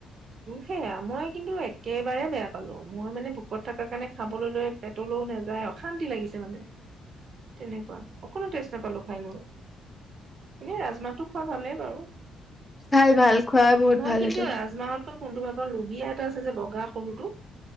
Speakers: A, on the right (about 55°); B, on the left (about 15°).
A: সেয়া মই কিন্তু একেবাৰে বেয়া পালো মই মানে ভোকত থকাৰ কাৰণে খাবলৈ লৈ পেটলৈও নাযায় শান্তি লাগিছে মানে তেনেকুৱা অকণো টেষ্ট নাপালো খাই মই। এনে ৰাজমাহটো খোৱা ভালেই বাৰু।
B: ভাল ভাল খোৱা বহুত
A: মই
B: ভাল
A: কিন্তু
B: সেইটো
A: ৰাজমাহতকৈ কোনটো ভাল পা লুবিয়া এটা আছে যে গা সৰুতো